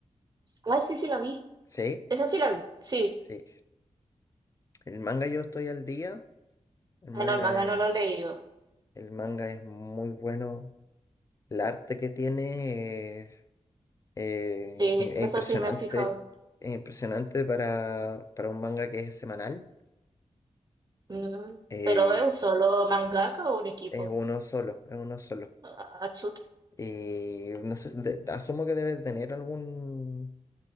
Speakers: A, on the right; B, on the left.
A: ay, sí, sí la vi.
B: ¿Sí?
A: Esa sí la vi. Sí.
B: Sí. El manga yo estoy al día, el manga
A: En Almaga
B: es,
A: no lo he leído.
B: el manga es muy bueno, el arte que tiene eh, eh,
A: Sí,
B: es
A: eso
B: impresionante,
A: sí me he fijado.
B: es impresionante para, para un manga que es semanal.
A: Mm,
B: Eh,
A: pero es un solo mangaka o un equipo.
B: es uno solo, es uno solo.
A: Ah, Atsuta,
B: Y no sé, de- asumo que debe tener algún,